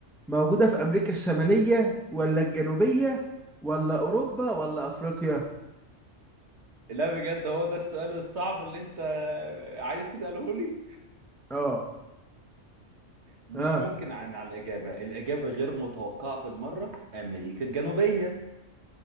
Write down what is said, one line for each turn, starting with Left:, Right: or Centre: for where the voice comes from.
Centre: موجوده في امريكا الشماليه ولا الجنوبيه ولا اوروبا ولا افريقيا
Right: لا بجد هو ده السؤال الصعب اللي انت عايز تسأله لي
Centre: اه
Right: مش
Centre: اه
Right: ممكن عن على الإجابة الإجابة غير متوقعة بالمرة أمريكا الجنوبية